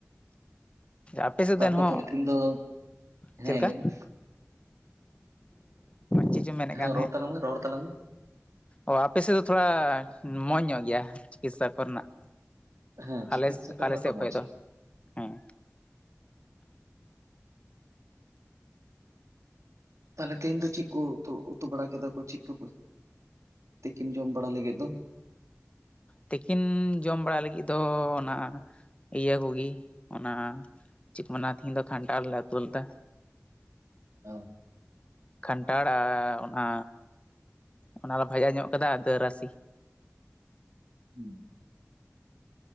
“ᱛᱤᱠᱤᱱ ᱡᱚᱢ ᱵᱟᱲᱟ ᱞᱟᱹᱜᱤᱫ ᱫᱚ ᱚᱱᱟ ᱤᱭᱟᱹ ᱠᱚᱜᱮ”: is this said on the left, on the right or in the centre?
Left